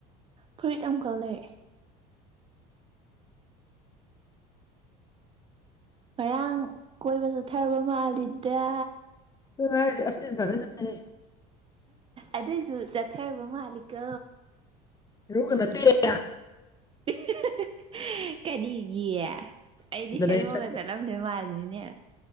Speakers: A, on the right; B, on the left.
A: ꯐꯨꯔꯤꯠ ꯑꯝꯈꯛ ꯂꯩꯔꯛꯑꯦ ꯉꯔꯥꯡ ꯀꯣꯏꯕ ꯆꯠꯊꯔꯨꯕ ꯃꯥꯜꯂꯤꯗ
B: <unintelligible>
A: ꯑꯗꯨꯏꯁꯨ ꯆꯠꯊꯔꯨꯕ ꯃꯥꯜꯂꯤꯀꯣ
B: <unintelligible> ꯒ ꯅꯠꯇꯦ <unintelligible>
A: <unintelligible> ꯀꯔꯤꯒꯤ ꯑꯩꯗꯤ
B: ꯗꯅ
A: ꯍꯦꯔꯣꯒ
B: ꯑꯩ ꯇꯜꯂꯦ
A: ꯆꯠ ꯂꯝꯗꯧ ꯃꯥꯜꯂꯤꯅꯤꯅꯦ